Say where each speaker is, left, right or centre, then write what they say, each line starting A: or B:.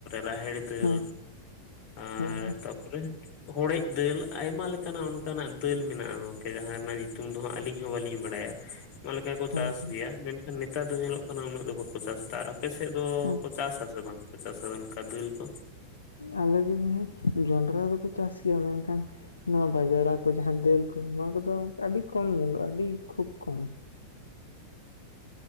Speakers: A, on the left; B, on the left.
A: ᱨᱟᱦᱮᱲ ᱫᱟᱹᱞ
B: ᱦᱮᱸ
A: ᱟᱨ
B: ᱦᱮᱸ
A: ᱛᱟᱯᱚᱨᱮ ᱦᱚᱲᱮᱡ ᱫᱟᱹᱞ ᱟᱭᱢᱟ ᱞᱮᱠᱟᱱᱟᱜ ᱚᱱᱠᱟᱱᱟᱜ ᱫᱟᱹᱞ ᱢᱮᱱᱟᱜ-ᱟ ᱜᱚᱝᱠᱮ ᱡᱟᱦᱟᱸ ᱱᱟᱜ ᱧᱩᱛᱩᱢ ᱫᱚ ᱟᱹᱞᱤᱧ ᱦᱚᱸ ᱵᱟᱹᱞᱤᱧ ᱵᱟᱲᱟᱭᱟ ᱚᱱᱟ ᱞᱮᱠᱟ ᱠᱚ
B: ᱦᱮᱸ
A: ᱪᱟᱥ
B: ᱦᱮᱸ
A: ᱜᱮᱭᱟ ᱱᱮᱛᱟᱨ ᱫᱚ ᱧᱮᱞᱚᱜ ᱠᱟᱱᱟ ᱩᱱᱟᱹᱜ ᱫᱚ ᱵᱟᱠᱚ ᱪᱟᱥᱫᱟ ᱟᱨ ᱟᱯᱮ ᱥᱮᱫ ᱫᱚ
B: ᱟᱪᱪᱷᱟ
A: ᱠᱚ ᱪᱟᱥ ᱟᱥᱮ ᱵᱟᱝᱠᱚ ᱪᱟᱥ-ᱟ ᱫᱟᱹᱞ ᱠᱚ
B: ᱟᱞᱮ ᱥᱮᱫ ᱫᱚ ᱡᱚᱱᱰᱨᱟ ᱫᱚᱠᱚ ᱪᱟᱥ ᱜᱮᱭᱟ ᱢᱮᱱᱠᱷᱟᱱ ᱱᱚᱣᱟ ᱵᱟᱡᱲᱟ ᱠᱚ ᱡᱟᱦᱟᱸ ᱫᱟᱹᱞ ᱠᱚ ᱱᱚᱣᱟ ᱠᱚᱫᱚ ᱟᱹᱰᱤ ᱠᱚᱢ ᱧᱮᱞᱚᱜᱼᱟ ᱟᱹᱰᱤ ᱠᱷᱩᱵ ᱠᱚᱢ